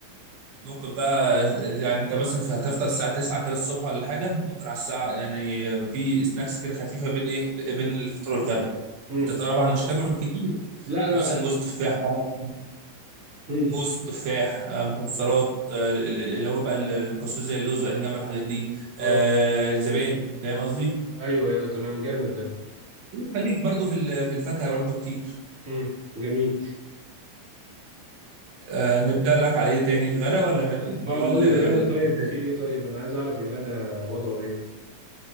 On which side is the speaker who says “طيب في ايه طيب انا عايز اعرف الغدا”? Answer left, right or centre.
Right